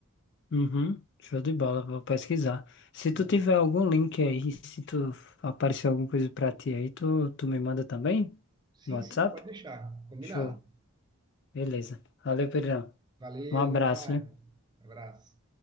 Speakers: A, on the left; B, on the right.
A: Uhum, show de bola, vou pesquisar. Se
B: né?
A: tu tiver algum link aí, se tu aparecer alguma coisa pra ti aí, tu, tu me manda também
B: Sim,
A: no WhatsApp?
B: sim, pode deixar. Combinado.
A: Show, beleza. Valeu, Pedrão.
B: Valeu,
A: Um abraço,
B: até mais.
A: viu?
B: Abraço.